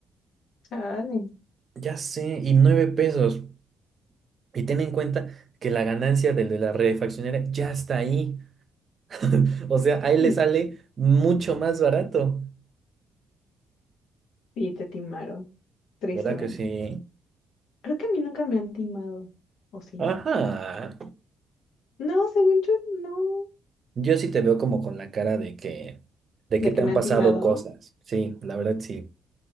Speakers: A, on the left; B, on the right.
A: Chale.
B: ya sé, y nueve pesos, y ten en cuenta que la ganancia del de la refaccionera ya está ahí, <laughs> o sea, ahí
A: Mm,
B: le sale mucho más barato,
A: Sí, te timaron, tristemente.
B: ¿verdad que sí?
A: Creo que a mí nunca me han timado, ¿o sí?
B: Ajá,
A: No, según yo, no.
B: yo sí te veo como con la cara de que, de que
A: ¿De
B: te
A: que
B: han
A: me
B: pasado
A: han timado?
B: cosas, sí, la verdad sí,